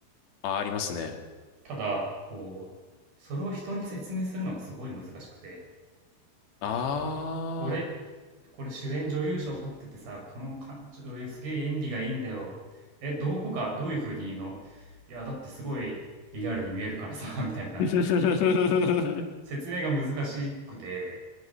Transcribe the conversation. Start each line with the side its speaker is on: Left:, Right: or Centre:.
Left: あ、ありますね。
Right: ただ、こう、それを人に説明するのがすごい難しくて、あの、
Left: あー、
Right: これ、これ主演女優賞取っててさ、この女優すげえ演技がいいんだよ。え、どこか、どういう風にいいのいや、だってすごいリアルに見えるからさ、みたいな。
Left: <laughs>
Right: <laughs> 説明が難しくて、